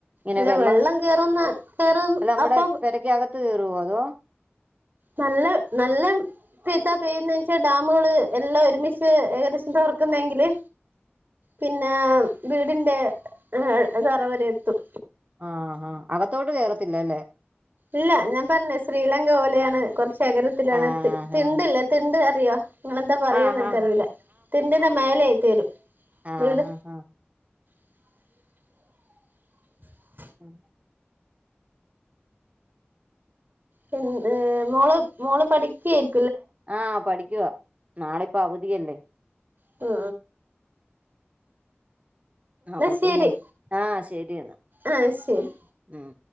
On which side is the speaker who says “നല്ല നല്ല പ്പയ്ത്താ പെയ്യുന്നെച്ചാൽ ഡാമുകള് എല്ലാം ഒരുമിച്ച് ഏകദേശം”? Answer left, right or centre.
Right